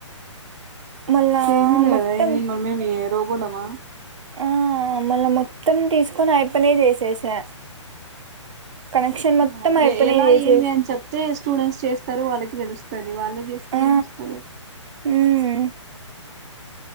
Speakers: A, on the right; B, on the right.
A: మళ్ళా
B: <inaudible>
A: మొత్తం
B: మనమేమీ రోబోలమా
A: ఆ మళ్ళ మొత్తం తీసుకొని ఆ యప్పనే చేసేసా కనెక్షన్ మొత్తం
B: ఊ
A: అయిపోనే
B: ఎ ఎలా
A: చేసేసి
B: ఏమి అని చెప్తే స్టూడెంట్స్ చేస్తారు వాళ్ళకి తెలుస్త ది వాళ్ళే చేస్తే
A: ఆ
B: ఏం వస్తది
A: ఉమ్